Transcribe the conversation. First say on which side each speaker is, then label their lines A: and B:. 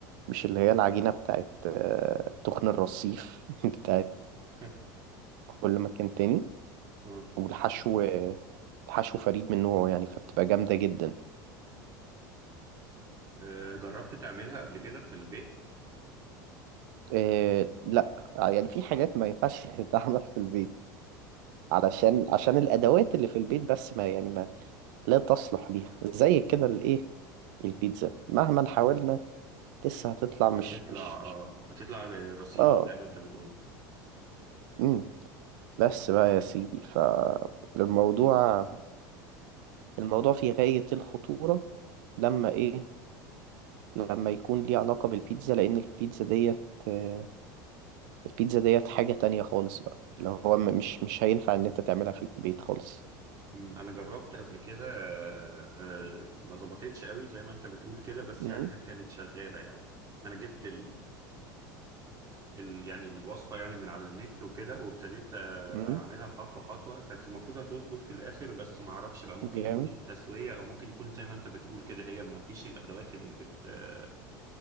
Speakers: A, on the right; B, on the right.
A: مش اللي هي العجينة بتاعت آه، تخن الرصيف <laughs> بتاعت
B: <laughs>
A: كل مكان تاني
B: اه
A: والحشو آه، الحشو فريد من نوعه يعني فبتبقى جامدة جدا
B: أه، جربت تعملها قبل كده في البيت؟
A: آه، لا يعني في حاجات ما ينفعش <laughs> تتعمل في البيت علشان عشان الادوات اللي في البيت بس ما يعني لا تصلح ليها زي كده الايه البيتزا مهما حاولنا لسه هتطلع مش
B: هتطلع
A: مش
B: اه هتطلع رصيف
A: اه
B: زي ما انت بتقول
A: امم بس بقى يا سيدي فالموضوع الموضوع في غاية الخطورة لما ايه لما يكون ليه علاقة بالبيتزا لأن البيتزا ديت آه، البيتزا ديت حاجة تانية خالص بقى
B: <laughs>
A: اللي هو م- مش مش هينفع إن أنت تعملها في البيت خالص
B: مم، انا جربت قبل كده آه، آه، ما ظبطتش قوي زي ما انت بتقول كده بس
A: امم
B: يعني هي كانت شغاله يعني انا جبت ال... يعني الوصفة يعني من على النت وكده وابتديت آه،
A: امم
B: أعملها خطوة خطوة كانت المفروض هتظبط في الآخر بس ما أعرفش بقى ممكن
A: جامد
B: يكون التسوية أو ممكن يكون زي ما أنت بتقول كده هي ما فيش الأدوات اللي بت آه،